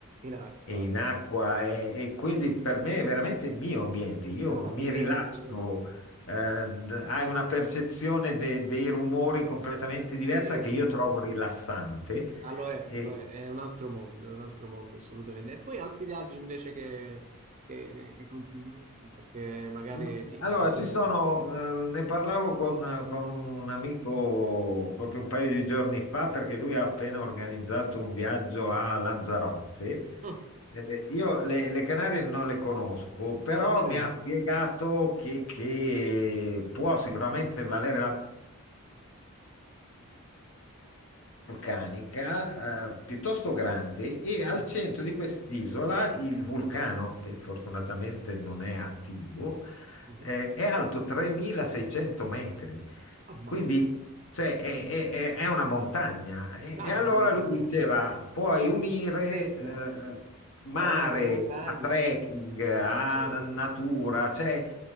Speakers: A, on the right (about 30°); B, on the left (about 65°).
A: in acqua.
B: e in acqua e, e quindi per me è veramente il mio ambiente, io
A: No,
B: mi
A: ma ti credo,
B: rilascio
A: ti credo.
B: eh, d- hai una percezione de- dei rumori completamente diversa
A: Sì, è
B: che
A: un
B: io trovo
A: altro-
B: rilassante.
A: ah, lo è,
B: E,
A: lo è, è un altro mondo, è un altro mondo assolutamente. E poi altri viaggi invece che, che- che consiglieresti, perché magari
B: ma-
A: sì,
B: allora,
A: le Maldive.
B: ci sono, eh, ne parlavo con, con un amico proprio un paio di giorni fa perché lui ha appena organizzato un viaggio a Lanzarote.
A: Mm,
B: Eh, io le, le Canarie non le conosco, però
A: no, nemmeno
B: mi
A: io.
B: ha spiegato che, che può sicuramente valere la vulcanica, eh, piuttosto grande e al
A: Mhm,
B: centro di quest'isola il vulcano, che fortunatamente non è attivo,
A: mhm.
B: eh, è alto 3600 metri.
A: Ammazza.
B: Quindi cioè, è, è- è- è una montagna. E,
A: Ma
B: e
A: è
B: allora
A: una montagnola.
B: lui diceva, puoi unire
A: L'Etna,
B: eh, mare
A: fai mare e montagna.
B: a trekking, a
A: Sì,
B: na- natura,
A: sì.
B: cioè